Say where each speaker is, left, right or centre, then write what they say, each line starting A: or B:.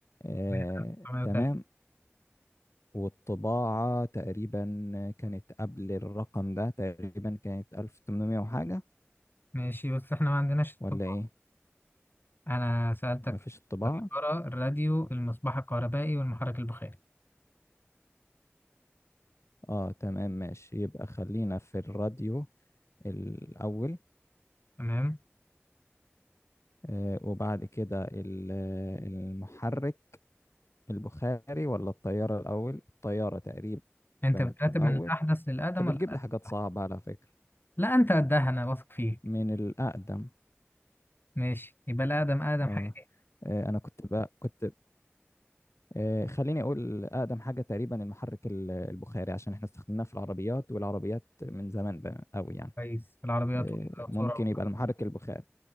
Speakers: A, on the left; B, on the left.
A: آه
B: 1903
A: تمام والطباعة تقريبا كانت قبل الرقم ده تقريبا كانت 1800 وحاجة
B: ماشي بس احنا ما عندناش الطباعة
A: ولا ايه
B: أنا سألتك
A: مفيش
B: في
A: الطباعة
B: الطيارة الراديو المصباح الكهربائي والمحرك البخاري
A: اه تمام ماشي يبقى خلينا في الراديو الأول
B: تمام
A: آه وبعد كده ال- آه، المحرك البخاري ولا الطيارة الأول الطيارة تقريبا
B: أنت بترتب
A: الأول
B: من الأحدث للأقدم
A: انت
B: ولا
A: بتجيب
B: الأقدم؟
A: لي حاجات صعبة على فكرة
B: لا أنت قدها أنا واثق فيك
A: من الأقدم
B: ماشي يبقى الأقدم أقدم
A: اه,
B: حاجة
A: آه أنا كنت بقى كنت آه خليني أقول أقدم حاجة تقريبا المحرك ال- البخاري عشان احنا استخدمناه في العربيات والعربيات من زمان بقى أوي يعني
B: كويس في العربيات
A: آه
B: والقطورة
A: ممكن يبقى المحرك البخاري